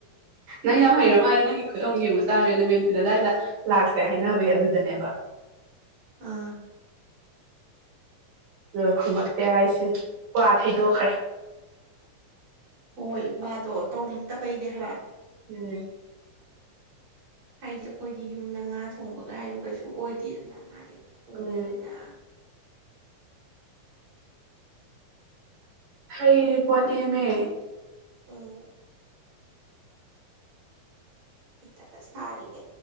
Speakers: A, on the right; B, on the right.
A: ꯅꯪ ꯌꯥꯝ ꯍꯩꯔ ꯃꯥꯜꯂꯦ ꯅꯪꯒꯤ ꯈꯨꯠ ꯑꯃꯨꯛ ꯌꯦꯡꯕ ꯆꯥꯔꯦꯅ ꯃꯦꯟꯐꯨꯗ ꯑꯗꯥꯏꯗ ꯂꯥꯛꯀꯦ ꯍꯥꯏꯅꯕ ꯍꯣꯏ ꯑꯗꯨꯗꯅꯦꯕ
B: ꯑꯥ
A: ꯑ ꯈꯨꯃꯛꯇꯦ ꯍꯥꯏꯁꯦ ꯋꯥ ꯊꯩꯗꯣꯛꯈ꯭ꯔꯦ
B: ꯍꯣꯏ ꯃꯥꯗꯣ ꯇꯧꯅꯤꯡꯇꯕꯩꯅꯦ ꯍꯥꯏꯕ
A: ꯎꯝ
B: ꯍꯥꯏꯗꯤ ꯑꯩꯈꯣꯏꯗꯤ ꯌꯨꯝꯗ ꯉꯥ ꯊꯣꯡꯕꯒ ꯍꯥꯏꯗꯣ ꯀꯩꯁꯨ ꯑꯣꯏꯗꯦꯗꯅ ꯃꯥꯗꯤ ꯊꯣꯡꯗꯅ
A: ꯎꯝ ꯍꯩꯔꯤ ꯄꯣꯠꯅꯦꯝꯃꯦ
B: ꯑꯝ ꯍꯩꯇꯕ ꯁꯥꯔꯤꯅꯦ